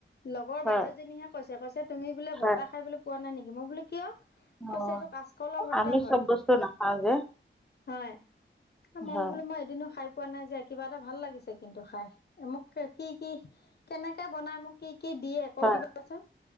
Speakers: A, on the left; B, in the centre.
A: লগৰ
B: হয়
A: বাইদেজনীহে কৈছে কৈছে তুমি বোলে
B: হয়
A: ভতা খাই বোলে পোৱা নাই নেকি মই বোলো কিয়
B: অঁ
A: কৈছে এইটো কাচকল ভৰ্তা
B: আমি
A: হয়।
B: চব বস্তু নাখাওঁ যে
A: হয় মই
B: হয়
A: বোলো মই এদিনো খাই পোৱা নাই যে কিবা এটা ভাল লাগিছে কিন্তু খাই, মোক কি-কি কেনেকে বনাই মোক কি কি দিয়ে কৈ
B: হয়
A: দিবাচোন